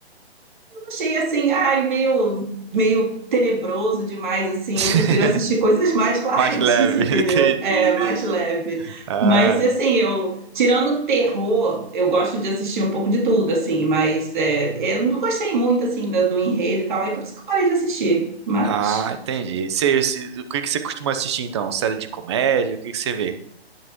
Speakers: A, on the right; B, on the right.
A: achei assim, ai, meio, meio tenebroso demais, assim.
B: <laughs>
A: Eu prefiro assistir coisas mais light,
B: Mais leve,
A: <laughs> entendeu?
B: <laughs> entendi,
A: É,
B: entendi.
A: mais leve.
B: Ah,
A: Mas assim, eu tirando terror, eu gosto de assistir um pouco de tudo, assim, mas é, eu não gostei muito assim da- do enredo e tal, aí por isso que eu parei de assistir. Mas
B: ah, entendi. Você, você- o que que você costuma assistir então? Série de comédia? O que que você vê?